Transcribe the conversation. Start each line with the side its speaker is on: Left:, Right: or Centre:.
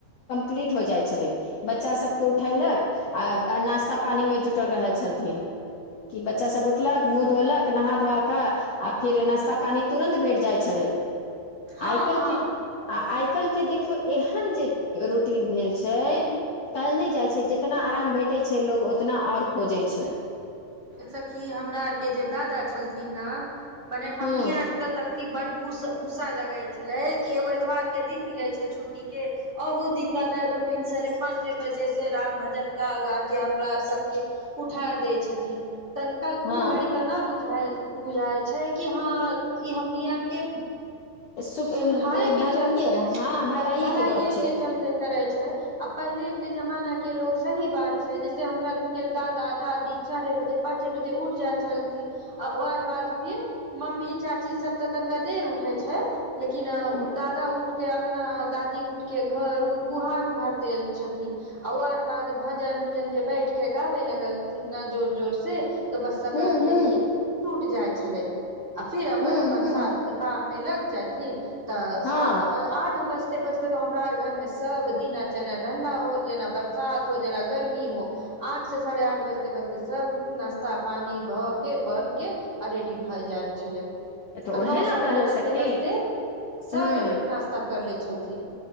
Left: की जाइ छल बच्चा सब उठक आ नासा पीमे जुटल रह छलन बच्चा सब उठलक मुह धोलक नहा ध कऽ आ फेर नाास्ता पानी तुरन्त भेट जाइ छलै। <unintelligible>
Right: हँ
Left: आइ केल-
Right: हँ
Left: आई कैल। <unintelligible> के देखियौ एहन जे रूटीन भेल छै काल्हि नहि जाइ छै जितना आराम भेटै छै लोग उतना आओर खोजे छै। <unintelligible>
Right: सखी हमरा आरके जे दादा छलथिन ने। ने हमनी
Left: हूँ
Right: आर तऽ त। <unintelligible> एखनी बड गुस्सा गुस्सा लगै छलै कि एगो एतबारके दिन मिलै छै छुट्टीके अहुू दिन दादा एकदम भिनसरे पाँचे बजेसँ राम भजन गा गाके हमरा आर सबके उठा दै छथिन। तनिका
Left: हँ
Right: ओ घड़ी त न बुझ। बुझ बुझााय छै। <unintelligible> कि हँ ई हमनी। <unintelligible> के। <unintelligible>
Left: सु
Right: सुधारे के
Left: भलाइए
Right: च
Left: हँ
Right: -भलाइए
Left: गप छै
Right: के चलते करै छै। छै आ पहिलेके जमाना के लोग सही बात छै जैसे हमरा आर के दादा दादी चारे बजे पाँचे बजे उठ जाइ छलथिन आ ओकर बाद फिर मम्मी चाची सब तऽ तनिका देर उठै छै। लेकिन उ
Left: हूँ
Right: दादा उठ के अङगना दादी उठ के घर उर बुहार उहार देल। <unintelligible> छथिन आ ओ आर बाद भजन उजन जे बैठ के गाबे लगलथिन ने जोर -जोर से। तो बस्सा
Left: हूँ
Right: बर के नींद टूट जाय छै। छले। <unintelligible> आ फिर अपन-
Left: हूँ
Right: अपन
Left: हूँ
Right: काम मे लग। ठी। <unintelligible> तऽ सात-आठ
Left: हँ
Right: बस। बे बजते तऽ हमरा आर घर मे सब दिना ठंडा हो जेना बरसात हो, जेना गर्मी हो, आठ से साढ़े आठ बजते बजते सब नाास्ता पानी भ के बन के आ रेडी भए जाय छलै। आ
Left: तऽ उहे
Right: नओ
Left: लए
Right: साढ़े
Left: कहलहु
Right: नओ बजते
Left: सखी
Right: बजते त, सब
Left: हूँ
Right: रे नाश्ता कर ले छलखिन।